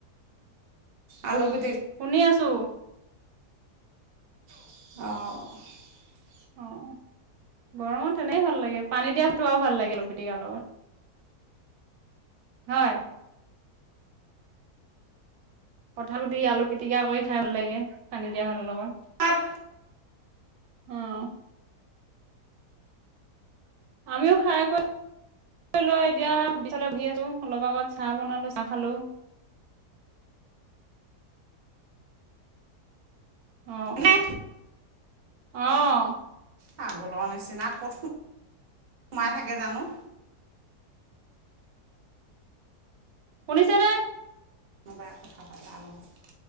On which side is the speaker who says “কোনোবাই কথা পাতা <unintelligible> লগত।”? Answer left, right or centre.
Right